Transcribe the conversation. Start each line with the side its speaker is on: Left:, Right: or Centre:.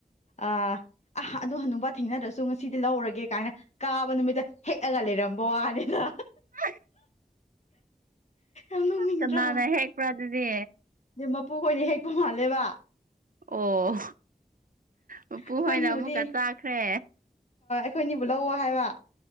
Left: ꯑꯥ ꯑ ꯑꯗꯨ ꯍ ꯑꯗꯨꯕ ꯊꯦꯡꯅꯗ꯭ꯔꯁꯨ ꯉꯁꯤꯗꯤ ꯂꯧꯔꯒꯦ ꯀꯥꯏꯅ ꯀꯥꯕ ꯅꯨꯃꯤꯠꯇ ꯍꯦꯛꯑꯒ ꯂꯩꯔꯝꯕ ꯋꯥꯅꯤꯅ
Right: ꯑ
Left: ꯑꯗꯝ
Right: ꯀꯅꯥꯅ
Left: ꯔꯥ
Right: ꯍꯦꯛꯄ꯭ꯔꯥ ꯑꯗꯨꯗꯤ
Left: ꯑ ꯃꯄꯨ ꯍꯣꯏꯅ ꯍꯦꯛꯄ ꯃꯥꯜꯂꯦꯕ
Right: ꯑꯣ ꯃꯄꯨꯍꯣꯏꯅ
Left: ꯑꯩꯈꯣꯏꯅꯤꯕꯨꯗꯤ
Right: ꯑꯃꯨꯛꯀ ꯆꯥꯈ꯭ꯔꯦ
Left: ꯑꯩꯈꯣꯏꯅꯤꯕꯨ ꯂꯧꯑꯣ ꯍꯥꯏꯕ